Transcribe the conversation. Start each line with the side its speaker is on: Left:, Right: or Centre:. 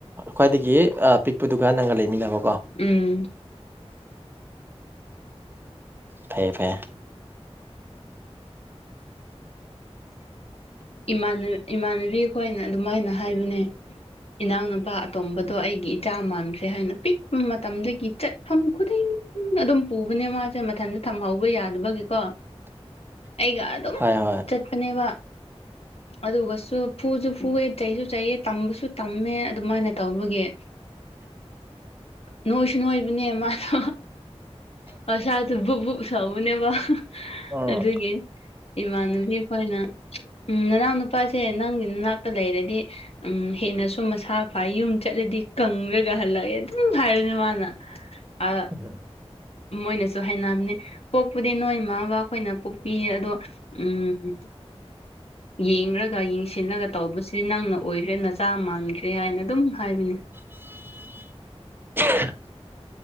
Right: ꯈ꯭ꯋꯥꯏꯗꯒꯤ ꯄꯤꯛꯄꯗꯨꯒ ꯅꯪꯒ ꯂꯩꯃꯤꯟꯅꯕꯀꯣ
Left: ꯎꯝ
Right: ꯐꯩꯌꯦ ꯐꯩꯌꯦ
Left: ꯏꯃꯥꯟꯅ ꯏꯃꯥꯟꯅ ꯕꯤꯈꯣꯅ ꯑꯗꯨꯃꯥꯏꯅ ꯍꯥꯏꯕꯅꯦ ꯏꯅꯥꯎꯅꯨꯄꯥ ꯑꯇꯣꯝꯕꯗꯣ ꯑꯩꯒꯤ ꯏꯆꯥ ꯃꯥꯟꯈ꯭ꯔꯦ ꯍꯥꯏꯅ ꯄꯤꯛꯄ ꯃꯇꯝꯗꯒꯤ ꯆꯠꯐꯝ ꯈꯨꯗꯤꯡ ꯎ ꯑꯗꯨꯝ ꯄꯨꯕꯅꯦ ꯃꯥꯁꯦ ꯃꯊꯟꯇ ꯊꯝꯍꯧꯕ ꯌꯥꯗꯕꯒꯤꯀꯣ
Right: <inaudible>
Left: ꯑꯩꯒ
Right: ꯍꯣꯏ ꯍꯣꯏ
Left: ꯆꯠꯄꯤꯅꯦꯕ
Right: <inaudible>
Left: ꯑꯗꯨꯒꯁꯨ ꯐꯨꯁꯨ ꯐꯨꯑꯦ ꯆꯩꯁꯨ ꯆꯩꯌꯦ ꯇꯝꯕꯁꯨ ꯇꯝꯃꯦ ꯑꯗꯨꯃꯥꯏꯅ ꯇꯧꯕꯒꯤ ꯅꯣꯏꯁꯨ ꯅꯣꯏꯕꯅꯦ ꯃꯥꯗꯣ ꯃꯁꯥꯁꯨ ꯕꯨꯞ ꯕꯨꯞ ꯂꯥꯎꯕꯅꯦꯕ
Right: ꯑꯣ
Left: ꯑꯗꯨꯒꯤ ꯏꯃꯥꯟꯅꯕꯤꯈꯣꯏꯅ ꯎꯝ ꯅꯅꯥꯎ ꯅꯨꯄꯥꯁꯦ ꯅꯪꯒꯤ ꯅꯅꯥꯛꯇ ꯂꯩꯔꯗꯤ ꯎꯝ ꯍꯦꯟꯅꯁꯨ ꯃꯁꯥ ꯐꯏ ꯌꯨꯝ ꯆꯠꯂꯗꯤ ꯀꯪꯔꯒ ꯍꯜꯂꯛꯑꯦ ꯑꯗꯨꯝ ꯍꯥꯏꯕꯅꯦ ꯃꯥꯅ ꯑꯥ
Right: ꯎꯝ
Left: ꯃꯣꯏꯅꯁꯨ ꯍꯥꯏꯅꯝꯅꯦ ꯄꯣꯛꯄꯗꯤ ꯅꯣꯏ ꯃꯥ ꯕꯥ ꯈꯣꯏꯅ ꯄꯣꯛꯄꯤꯌꯦ ꯑꯗꯣ ꯎꯝ ꯌꯦꯡꯔꯒ ꯌꯦꯡ ꯁꯤꯜꯂꯒ ꯇꯧꯕꯁꯤꯗꯤ ꯅꯪꯅ ꯑꯣꯏꯈ꯭ꯔꯦ ꯅꯆꯥ ꯃꯥꯟꯈ꯭ꯔꯦ ꯍꯥꯏꯅ ꯑꯗꯨꯝ ꯍꯥꯏꯕꯅꯦ
Right: <unintelligible>